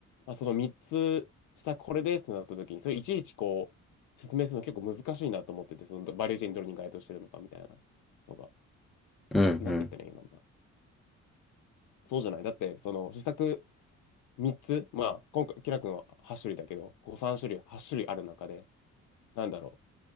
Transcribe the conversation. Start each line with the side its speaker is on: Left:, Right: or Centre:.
Left: まあ、その3つ、試作これですってなった時に、それいちいちこう、説明するの結構難しいなと思ってて、そのバリューチェーンどれに該当してるのかみたいなのが、
Centre: うん、うん、うん、
Left: な、なんて言ったらいいのかな。そうじゃない。だって、その試作3つ、まあ、今回、キラ君は8種類だけど、こう3種類、8種類ある中で、なんだろう、